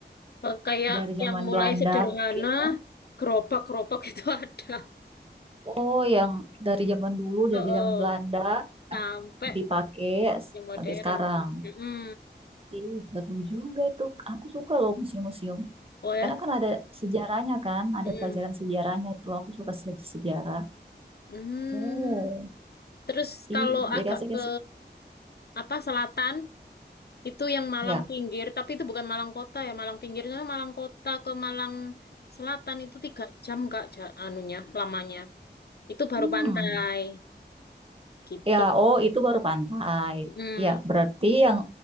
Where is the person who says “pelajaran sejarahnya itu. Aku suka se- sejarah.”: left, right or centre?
Right